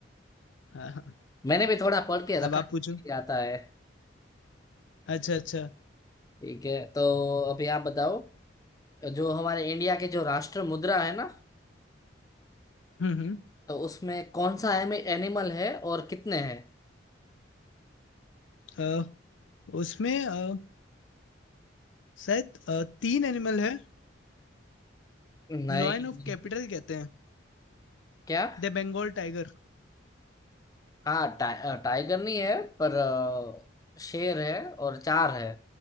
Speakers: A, on the left (about 75°); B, on the left (about 20°).
A: हाँ हाँ
B: मैंने भी थोड़ा पढ़ के रखा
A: अब आप पूछो
B: है, आता है
A: अच्छा अच्छा
B: ठीक है तो अभी आप बताओ जो हमारे इंडिया के जो राष्ट्र मुद्रा है ना
A: हम्म हम्म
B: तो उसमें कौन सा एनिमल है और कितने हैं
A: अ, उसमें अ, शायद अ, तीन एनिमल है
B: नहीं
A: लॉयन ऑफ कैपिटल कहते हैं
B: क्या
A: The Bengal tiger
B: हाँ टाइ, टाइगर नहीं है पर अ, शेर है और चार है